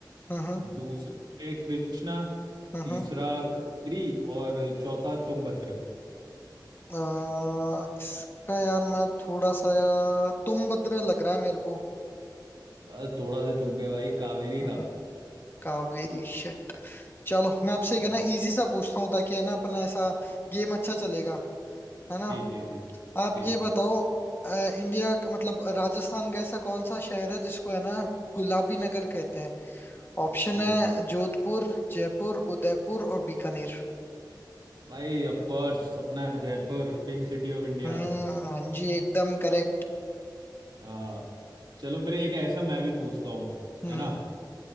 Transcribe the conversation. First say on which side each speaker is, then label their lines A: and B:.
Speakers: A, on the left (about 30°); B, on the right (about 75°).
A: हम्म हम्म
B: दूसरा है कृष्णा
A: हम्म
B: तीसरा
A: हम्म।
B: कावेरी और चौथा तुंगभद्र
A: अ, इसका यार मैं थोड़ा सा यार तुम बद्रे लग रहा है मेरे को
B: बस थोड़ा सा चूक गए भाई कावेरी
A: हम्म,
B: था
A: हम्म, कावेरी शिट चलो मैं आपसे
B: हाँ,
A: एक है ना इजी सा पूछता हूँ ताकि है ना अपना ऐसा गेम अच्छा चलेगा है ना
B: ठीक ठीक ठीक
A: आप
B: ठीक
A: ये बताओ अ, इंडिया का- मतलब राजस्थान का ऐसा कौन सा शहर है जिसको है ना गुलाबी नगर कहते हैं ऑप्शन
B: ठीक
A: है जोधपुर जयपुर उदयपुर और बीकानेर
B: भाई ऑफ कोर्स अपना Jaipur pink city of
A: हम्म
B: India
A: हाँ जी एकदम करेक्ट
B: हाँ चलो फिर एक ऐसा मैं भी पूछता हूँ
A: हम्म
B: है ना